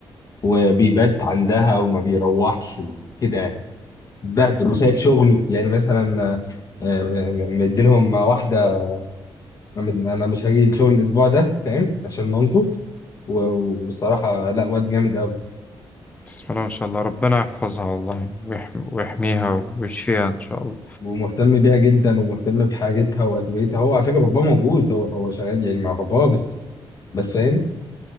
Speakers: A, on the left; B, on the left.
A: وبيبات عندها وما بيروحش وكده يعني. اتبهدل وسايب شغله يعني مثلا آه، م- مديلهم واحده انا أنا مش هاجي الشغل الاسبوع ده فاهم عشان مامته و- والصراحه لا واد جامد قوي
B: بسم الله ما شاء الله ربنا يحفظها والله ويح- ويحميها ويشفيها ان شاء الله
A: ومهتم بيها جدا ومهتم بحاجتها وادويتها هو على فكره باباه موجود هو هو شغال يعني مع باباه بس بس فاهم